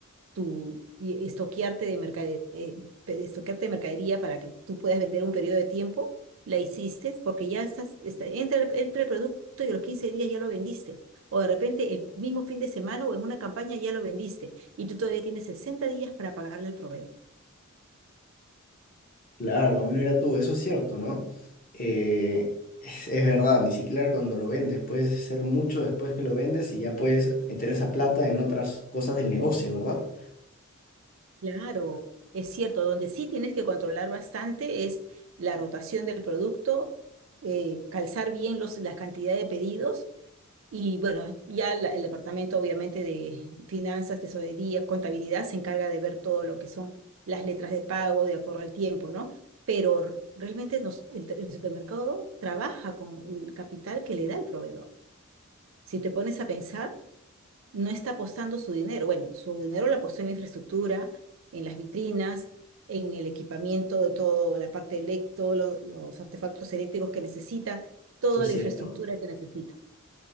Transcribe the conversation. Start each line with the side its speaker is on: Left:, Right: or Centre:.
Right: tu y estoquearte de mercade mercadería, estoquearte de mercadería para que tú puedas vender un periodo de tiempo, la hiciste porque ya estás, está, entre, el- entre el producto y los 15 días ya lo vendiste. O de repente el mismo fin de semana o en una campaña ya lo vendiste y tú todavía tienes 60 días para pagarle al proveedor.
Left: Claro, mira tú, eso es cierto, ¿no? Eh, es, es verdad, ni siquiera cuando lo vendes, puedes ser mucho después que lo vendes y ya puedes meter esa plata en otras cosas del negocio, ¿verdad?
Right: Claro, es cierto, donde sí tienes que controlar bastante es la rotación del producto, eh, calzar bien los, la cantidad de pedidos Y bueno, ya la- el departamento obviamente de finanzas, tesorería, contabilidad se encarga de ver todo lo que son las letras de pago de acuerdo al tiempo, ¿no? Pero realmente nos- el, el supermercado trabaja con el capital que le da el proveedor. Si te pones a pensar, no está apostando su dinero. Bueno, su dinero lo apostó en la infraestructura, en las vitrinas, en el equipamiento de todo, la parte electo, lo- los artefactos eléctricos que necesita, toda
Left: Eso es
Right: la
Left: cierto.
Right: infraestructura que necesita.